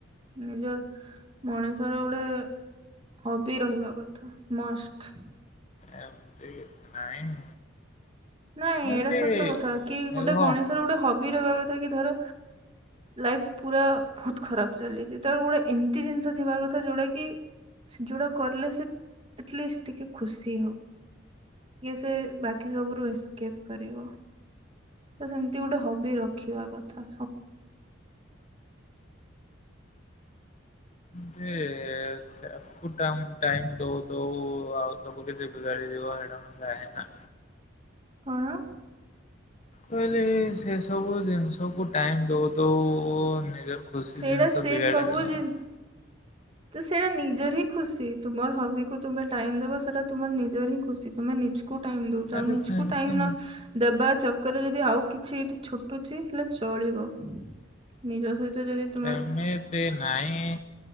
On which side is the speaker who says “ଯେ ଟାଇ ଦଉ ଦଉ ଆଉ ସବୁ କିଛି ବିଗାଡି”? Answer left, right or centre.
Left